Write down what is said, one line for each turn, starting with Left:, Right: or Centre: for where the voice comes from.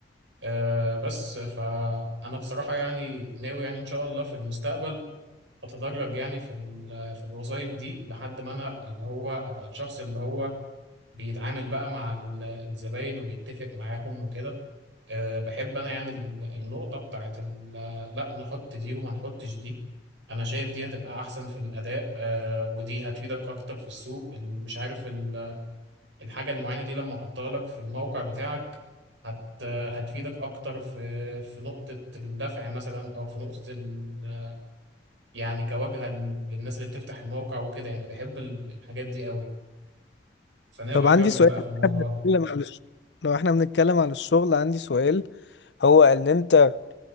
Right: أه بس فأنا بصراحة يعني ناوي يعني إن شاء الله في المستقبل أتدرج يعني في ال- في الوظائف دي لحد ما أنا اللي هو أبقى الشخص اللي هو بيتعامل بقى مع ال- الزباين وبيتفق معاهم وكده أه بحب انا يعني ال- النقطة بتاعت ال- لا نحط دي وما نحطش دي انا شايف دي هتبقى احسن في الاداء أه ودي هتفيدك اكتر في السوق ال- مش عارف ال- الحاجة المعينة دي لما احطها لك في الموقع بتاعك هت هتفيدك اكتر في في نقطة الدفع مثلا او في نقطة ال يعني كواجهة لل- للناس اللي بتفتح الموقع وكده يعني بحب ال- الحاجات دي قوي فناوي
Left: طب
Right: اكمل
Left: عندي سؤال
Right: بقى في الموضوع
Left: بنتكلم
Right: ده
Left: على الش- لو احنا بنتكلم على الشغل عندي سؤال هو اللي انت